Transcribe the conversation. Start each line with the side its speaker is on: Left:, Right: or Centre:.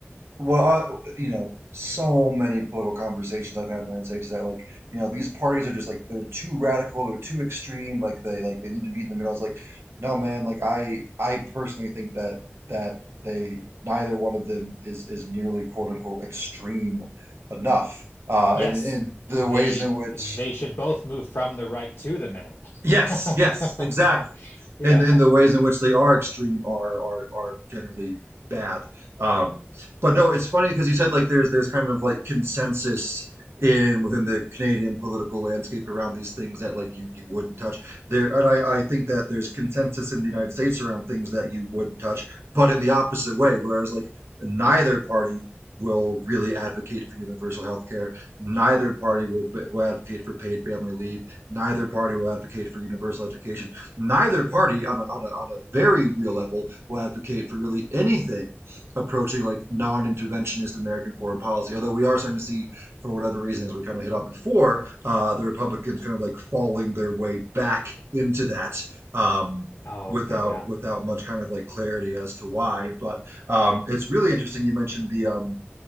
Right: well, I, you know, so many political conversations I've had in the United States is that like, you know, these parties are just like they're too radical, they're too extreme, like they like they need to meet in the middle. I was like, no, man, like I I personally think that that they neither one of them is is nearly quote unquote extreme enough. Uh,
Left: Yes,
Right: and and the
Left: they
Right: ways in which
Left: they should both move from the right to the middle.
Right: Yes,
Left: <laughs>
Right: yes, exactly.
Left: Yeah.
Right: And and the ways in which they are extreme are are are generally bad. Um, but no, it's funny because you said like there's there's kind of like consensus in within the Canadian political landscape around these things that like you you wouldn't touch. There and I I think that there's consensus in the United States around things that you wouldn't touch, but in the opposite way, whereas like neither party will really advocate for universal health care. Neither party will, will advocate for paid family leave Neither party will advocate for universal education. Neither party, on a, on a, on a very real level, will advocate for really anything approaching like non interventionist American foreign policy. Although we are starting to see, for whatever reason, as we kind of hit on before, uh, the Republicans kind of like falling their way back into that. Um,
Left: Oh,
Right: without
Left: okay, yeah.
Right: without much kind of like clarity as to why but um, it's really interesting you mentioned the um,